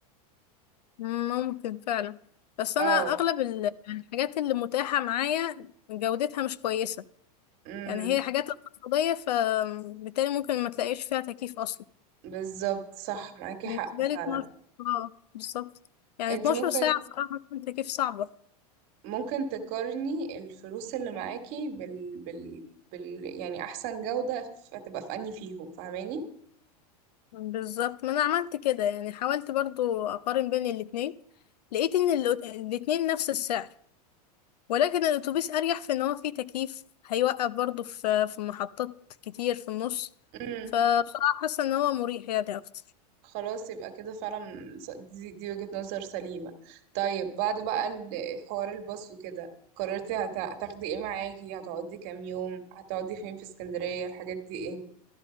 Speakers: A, on the left (about 90°); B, on the right (about 50°).
A: ممكن فعلا بس انا
B: اه
A: اغلب ال- الحاجات اللي متاحه معايا جودتها مش كويسه
B: امم
A: يعني هي حاجات اقتصاديه فبالتالي ممكن ما تلاقيش فيها تكييف اصلا
B: بالظبط صح معاكي
A: فبالنسبه
B: حق فعلا
A: لي 12 اه بالظبط يعني
B: انتي
A: 12
B: ممكن
A: ساعه بصراحه تكييف صعبه
B: ممكن تقارني الفلوس اللي معاكي بال بال بال يعني أحسن جودة فتبقى في أنهي فيهم فاهماني؟
A: بالظبط ما انا عملت كده يعني حاولت برضو اقارن بين الاتنين لقيت ان الأت- الاتنين نفس السعر ولكن الاتوبيس اريح في ان هو فيه تكييف هيوقف برضو في في محطات كتير في النص
B: امم
A: فبصراحة حاسة ان هو مريح يعني اكتر
B: خلاص يبقى كده فعلا س- دي, دي وجهة نظر سليمة طيب بعد بقى ال- حوار الباص وكده قررتي هت- هتاخدي ايه معاكي هتقعدي كام يوم هتقعدي فين في اسكندرية الحاجات دي ايه